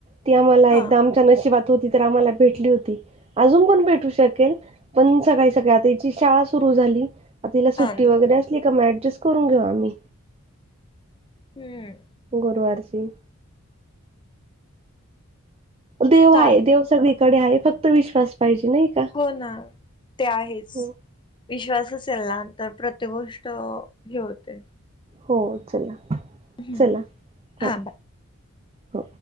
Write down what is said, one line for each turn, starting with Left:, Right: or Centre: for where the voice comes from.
Right: ती आम्हाला
Left: हा
Right: एकदा आमच्या नशिबात होती तर आम्हाला भेटली होती, अजून पण भेटू शकेल पण सकाळी सकाळी आता इथे ची शाळा सुरु झाली, आपल्याला हिला
Left: हा
Right: सुट्टी
Left: ना
Right: वगैरे असली का मग ऍडजेस्ट करून घेऊ आम्ही.
Left: हम्म.
Right: गुरुवारची. देव
Left: चालते
Right: हाय, देव सगळीकडे हाय फक्त विश्वास पाहिजे नाही का?
Left: हो ना, ते आहेच‌.
Right: हो
Left: विश्वास असेल ना तर प्रत्येक गोष् त हे होतंय.
Right: हो चला.
Left: हम्म
Right: चला.
Left: हा
Right: हो
Left: बाय.
Right: हो.